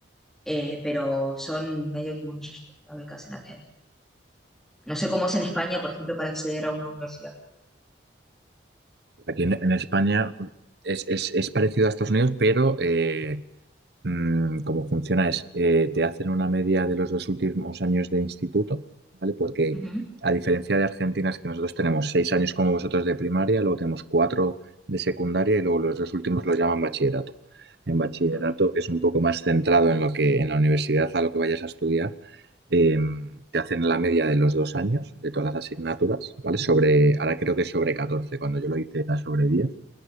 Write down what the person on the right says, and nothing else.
Aquí en, en España es, es- es parecido a Estados Unidos, pero eh, mm, como funciona es, eh, te hacen una media de los dos últimos años de instituto, ¿vale? Porque
a diferencia de Argentina es que nosotros tenemos seis años como vosotros de primaria, luego tenemos cuatro de secundaria y luego los dos últimos los llaman bachillerato. En bachillerato,
que es un poco más centrado en lo que en la universidad, a lo que vayas a estudiar, eh, te hacen la media de los dos años de todas las asignaturas, ¿vale? Sobre, ahora creo que es sobre catorce cuando yo lo hice era sobre 10.